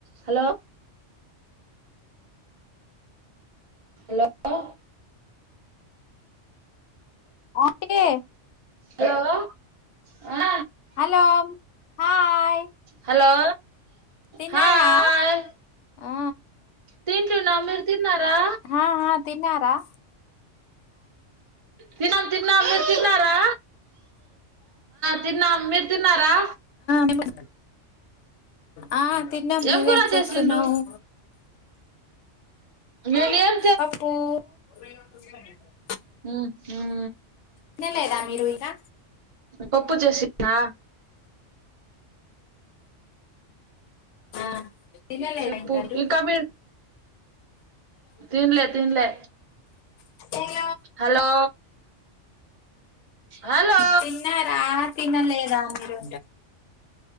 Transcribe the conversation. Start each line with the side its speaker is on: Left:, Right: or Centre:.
Right: Hello hello
Left: అంటే
Right: hello ఆ
Left: hello hi
Right: hello
Left: తిన్నారా
Right: హాయ్
Left: ఆ
Right: తింటున్న మీరు తి న్నారా
Left: ఆ ఆ తిన్నారా
Right: తిన తిన్నా మీరు తిన్నారా తిన్నా మీరు తిన్నారా
Left: మేము ఆ ఆ తిన్నాము
Right: ఏం
Left: నువ్వేం
Right: కూర
Left: చేస్తున్నావు
Right: చేసిండ్రు నేను ఏం
Left: పప్పు బడి <unintelligible>
Right: ఉహుం
Left: తినలేదా మీరు ఇంకా
Right: పప్పు చేసినా
Left: ఆ తినలేదా
Right: చెప్పు
Left: మీరు
Right: ఇంకా మీ తిన్లే తిన్లే
Left: అ <unintelligible>
Right: హలో హలో
Left: తిన్నారా తినలేదా మీరు